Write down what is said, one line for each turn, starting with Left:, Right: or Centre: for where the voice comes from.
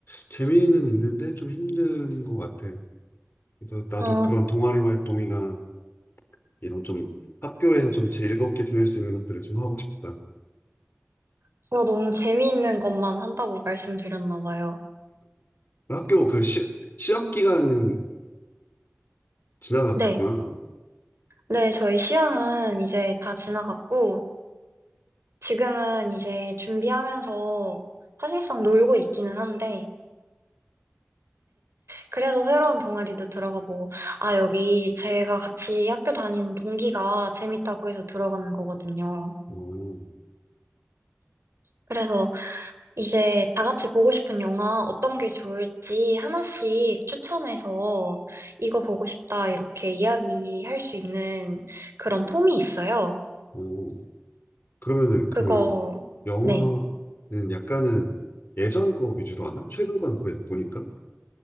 Left: 재미는 있는데 좀 힘든 것 같아. 그래서 나도
Right: 어,
Left: 그런 동아리 활동이나 이런 좀 학교에서 좀 즐겁게 지낼 수 있는 것들을 좀 하고 싶다.
Right: 제가 너무 재미있는 것만 한다고 말씀드렸나 봐요.
Left: 학교 그 시, 시험 기간은 지나갔구나.
Right: 네. 네, 저희 시험은 이제 다 지나갔고, 지금은 이제 준비하면서 사실상 놀고 있기는 한데, 그래서 새로운 동아리도 들어가 보고, 아, 여기 제가 같이 학교 다니는 동기가 재밌다고 해서 들어간 거거든요.
Left: 오,
Right: 그래서 이제 다 같이 보고 싶은 영화 어떤 게 좋을지 하나씩 추천해서 이거 보고 싶다 이렇게 이야기할 수 있는 그런 폼이 있어요.
Left: 오. 그러면은 그
Right: 그거,
Left: 영화는
Right: 네.
Left: 약간은 예전 거 위주로 하나? 최근 거는 거의 다 보니까.